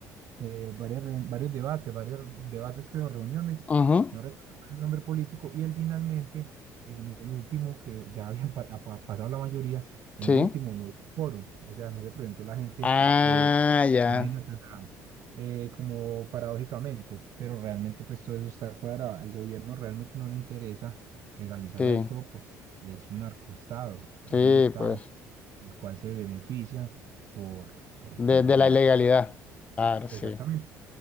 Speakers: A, on the right (about 55°); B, on the left (about 20°).
A: eh, varias reun- varios debates, varios debates, creo, reuniones,
B: ujú,
A: no recuerdo el nombre político, y él finalmente, en el último, que ya <laughs> habían pa- a- pa- pasado la mayoría, en
B: sí.
A: el último no hubo quórum, o sea, no se presentó la gente,
B: Ah,
A: eh,
B: ya.
A: imagínate, o sea, eh, como paradójicamente, pero realmente pues todo eso está cuadrado, al gobierno realmente no le interesa legalizarla
B: Sí,
A: del todo porque es un narcoestado,
B: sí,
A: es un estado
B: pues.
A: el cual se benefician por, por
B: De,
A: temas
B: de
A: de
B: la
A: narcotráfico.
B: ilegalidad. Claro, sí.
A: Exactamente.